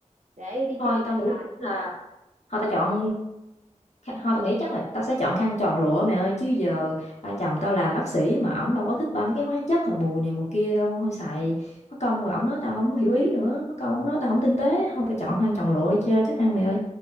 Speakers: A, on the right; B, on the left.
A: để đi
B: thôi
A: chơi người
B: tao
A: ta
B: nghĩ
A: xài
B: là thôi tao chọn thôi tao nghĩ chắc là tao sẽ chọn khăn tròn lụa mẹ ơi chứ giờ ba chồng tao làm bác sĩ mà ổng đâu có thích ba mấy cái hóa chất rồi mùi này mùi kia đâu thôi xài mất công rồi ổng nói tao không hiểu ý nữa mất công ổng nói tao không tinh tế thôi tao chọn khăn tròn lụa đi cho chắc ăn mẹ ơi